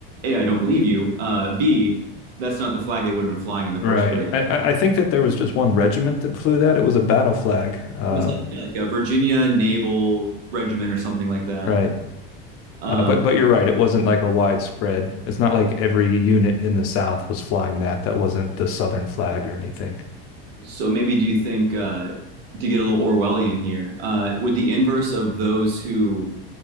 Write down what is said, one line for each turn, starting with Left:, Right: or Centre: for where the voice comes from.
Right: a I don't believe you. Uh, B that's not the flag they would have been flying in the first
Left: Right.
Right: place.
Left: I, I I think that there was just one regiment that flew that. It was a battle flag. Uh,
Right: It was like, like a Virginia Naval Regiment or something like that.
Left: right.
Right: Um,
Left: Uh, but but you're right. It wasn't like a widespread. It's not like every unit in the South was flying that. That wasn't the Southern flag or anything.
Right: so maybe do you think uh, to get a little Orwellian here, uh, would the inverse of those who